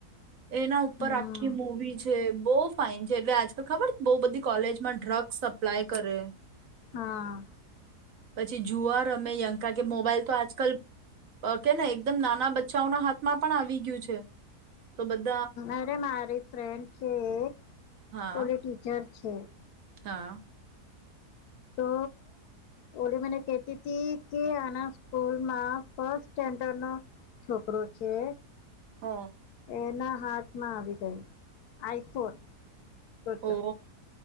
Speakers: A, on the right (about 60°); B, on the left (about 75°).
A: એના ઉપર
B: હમ
A: આખી મૂવી છે બો ફાઇન છે એટલે આજકાલ ખબર બો બધી કોલેજમાં ડ્રગ્સ સપ્લાય કરે
B: હા
A: પછી જુઆ રમે યંકા કે મોબાઈલ તો આજકાલ કેને એકદમ નાના બચ્ચાઓના હાથમાં પણ આવી ગયું છે તો બધ
B: અરે મારી ફ્રેન્ડ છે એક
A: હા
B: ઓલી ટીચર છે
A: હા
B: તો ઓલી મને કેતી હતી કે આના સ્કૂલમાં ફસ્ટ સ્ટેન્ડર્ડ નો છોકરો છે
A: હા
B: એના હાથમાં આવી ગઈ આઈફોન સોચો
A: ઓ